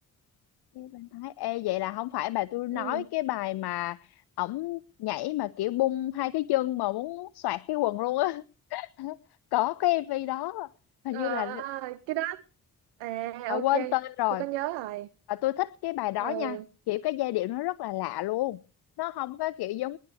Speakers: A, on the left; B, on the right.
A: Cái bên Thái Ê vậy là không phải bà tôi nói
B: ừ
A: cái bài mà ổng nhảy mà kiểu bung hai cái chân mà muốn xoạc cái quần luôn á <laughs> có cái MV đó hình như
B: à,
A: là
B: cái đó à
A: mà
B: ok
A: quên tên rồi
B: tôi có nhớ rồi
A: và tôi thích cái bài đó
B: ừ
A: nha kiểu cái giai điệu nó rất là lạ luôn nó không có kiểu giống